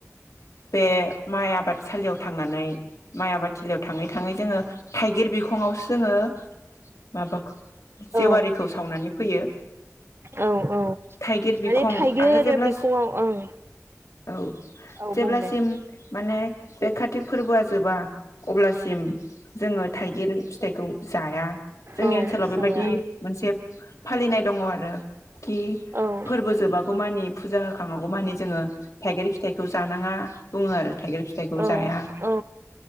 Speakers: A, on the left; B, on the right.
A: बे माइ आबादसालियाव थांनानै माइ आबाद थिलियाव थाङै थाङै जोङो थाइगिर बिखंआवसो जोङो माबाखौ
B: औ
A: जेवारिखौ सावनानै फैयो।
B: औ औ माने
A: थाइगिर बिखं
B: थाइगिर आरो
A: जेब्ला
B: बिखंआव ओं
A: औ
B: औ
A: जेब्लासिम
B: बुं दे
A: माने बे कातिक फोरबोआ जोबा अब्लासिम जोङो थाइगिर फिथाइखौ जाया जोंनि
B: औ
A: ओनसोलाव
B: जाया
A: बेबायदि मोनसे फालिनाय दङ आरो खि
B: ओं
A: फोरबो जोबागौ मानि फुजा होखाङागौ मानि जोङो थाइगारि फिथाइखौ जानाङा बुङो आरो थाइगिर फिथाइखौ
B: ओं
A: जाया
B: औ